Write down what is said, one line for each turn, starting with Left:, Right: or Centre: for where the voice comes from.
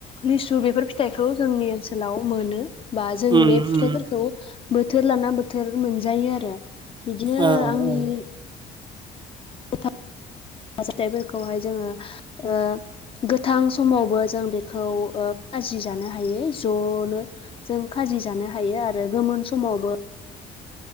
Left: लिसु बेफोर फिथाइखौ जोंनि ओनसोलाव मोनो बा जों
Right: उम
Left: बे फिथाइफोरखौ
Right: उम
Left: बोथोर लाना बोथोर मोनजायो आरो बिदिनो
Right: ओ
Left: आंनि
Right: ओ
Left: <unintelligible> फिथाय फोरखौ जोङो ओ गोथां समावबो जों बेखौ ओ खाजि जानो हायो ज'नो। जों खाजि जानो हायो आरो गोमोन समावबो।